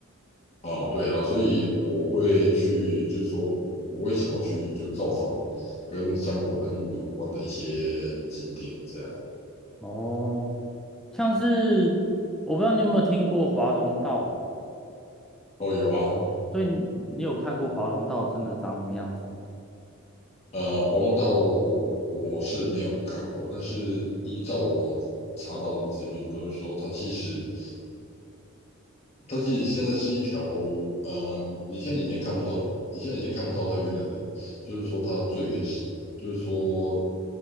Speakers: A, on the left; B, in the centre.
A: 啊，对啊，所以我会去，就是说我我会想要去就造访跟三国人物有关的一些景点，这样。
B: 哦，像是我不知道你有没有听过华容道啦，
A: 哦，有啊，
B: 所以你你有看过华容道真的长什么样子吗？
A: 呃，黄龙道我是没有看过，但是依照我查到的资讯，都是说它其实它其实现在是一条，呃，你现在已经看不到，你现在已经看不到它原来的，就是说它最原始，就是说